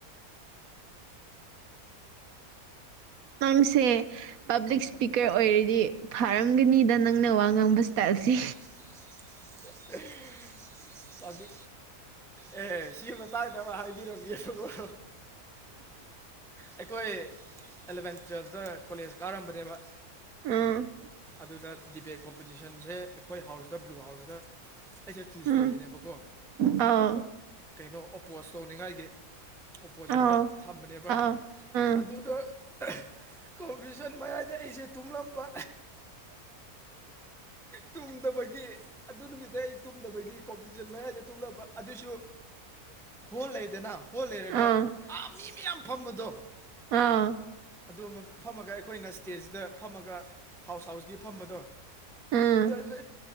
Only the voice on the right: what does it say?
ꯅꯪꯁꯦ ꯄꯥꯕ꯭ꯂꯤꯛ ꯏꯁꯄꯤꯀꯔ ꯑꯣꯏꯔꯗꯤ ꯐꯥꯔꯝꯒꯅꯤꯗ ꯅꯪꯅ ꯋꯥ ꯉꯥꯡꯕ ꯁ꯭ꯇꯥꯏꯜꯁꯤ
ꯎꯝ
ꯎꯝ
ꯑꯥꯎ
ꯑꯥꯎ
ꯑꯥꯎ ꯎꯝ
ꯑꯥ
ꯑꯥ
ꯎꯝ